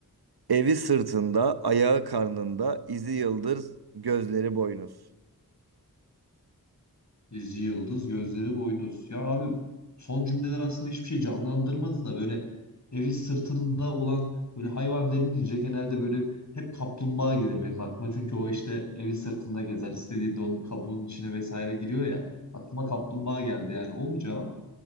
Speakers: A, on the right; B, on the left.
A: Evi sırtında, ayağı karnında, izi yıldız, gözleri boynuz.
B: İzi yıldız gözleri boynuz. Ya abi son cümleler aslında hiçbir şey canlandırmadı da böyle evi sırtında olan böyle hayvan denilince genelde böyle hep kaplumbağa gelir benim aklıma. Çünkü o işte evi sırtında gezer istediğinde onun kabuğunun içine vesaire giriyor ya. Aklıma kaplumbağa geldi yani o mu cevap?